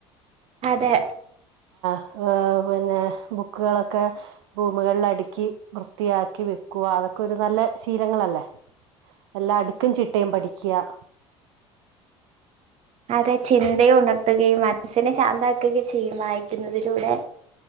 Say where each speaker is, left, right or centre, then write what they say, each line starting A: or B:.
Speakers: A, on the right; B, on the right.
A: അതെ
B: ഏ പിന്നെ ബുക്കുകളൊക്കെ റൂമുകളിൽ അടുക്കി വൃത്തിയാക്കി വെക്കുക അതൊക്കെ ഒരു നല്ല ശീലങ്ങളല്ലേ എല്ലാം അടുക്കും ചിട്ടയും പഠിക്കുക
A: അതെ ചിന്തയെ ഉണർത്തുകയും മനസ്സിനെ ശാന്തക്കുകയും ചെയ്യും വായിക്കുന്നതിലൂടെ